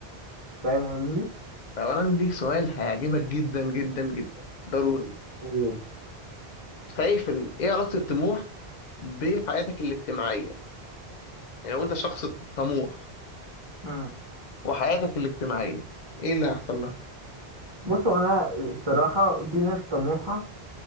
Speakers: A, on the right; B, on the left.
A: فاهم قصدي
B: طب انا عندي ليك سؤال هيعجبك جدا جدا جدا ضروري
A: غرور
B: شايف ال... ايه علاقه الطموح بحياتك الاجتماعيه يعني لو انت شخص طموح
A: مم.
B: وحياتك الاجتماعيه ايه اللي هيحصل لها
A: بصوا انا الصراحه في ناس طموحه